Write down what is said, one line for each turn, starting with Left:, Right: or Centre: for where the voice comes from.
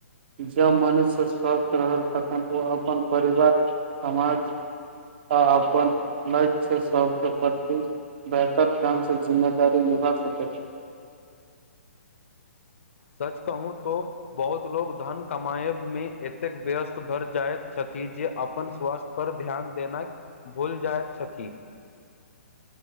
Right: जँ मनुष्य स्वस्थ रहल तखन ओ अपन परिवार समाज आ अपन लक्ष्य सबके प्रति बेहतर ढ्ग से जिम्मेदी निभा सकैत
Left: सच कहु तो बहुत लोकोग धन कमाए मे एतेक व्यस्त भर जाइत छथि जे अपन स्वास्थ्य पर ध्यान देना भूल जाइत छथि